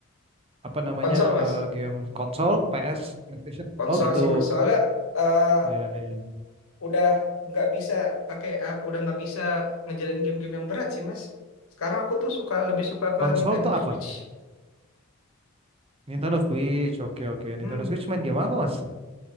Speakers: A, on the right; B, on the left.
A: apa namanya
B: konsol mas,
A: eh, game konsol, PS, PlayStation?
B: konsol
A: Oh gitu.
B: sih mas soalnya eh,
A: Ya, ya.
B: udah nggak bisa pakai, eh, udah nggak bisa ngejalanin game-game yang berat sih mas. Sekarang aku tuh suka lebih suka ke
A: Konsol
B: Nintendo
A: tuh apa?
B: Switch.
A: Nintendo Switch, oke oke.
B: Hmm,
A: Nintendo Switch main game apa mas?